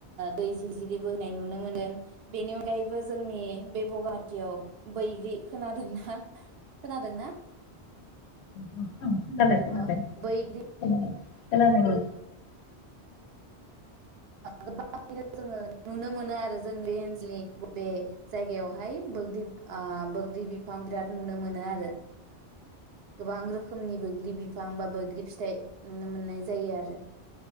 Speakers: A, on the right; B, on the left.
A: दै जिरजिरि बोहैाय नुनो मोनगोन बेनि अनगायैबो जोंनि बे बगाहाटियाव बैग्रि खोनादोंना खोनादोंना?
B: खोनादों खोनादों
A: अ बैग्रि
B: खोनादों औं।
A: गोबाङनो जोङो नुनो मोनो आरो जों बे ओनसोलनि बे जायगायावहाय बैग्रि ओ बैग्रि बिफां बिराद नुनो मोनो आरो गोबां रोखोमनि बैग्रि बिफां बा बैग्रि फिथाइ नुनो मोननाय जायो आरो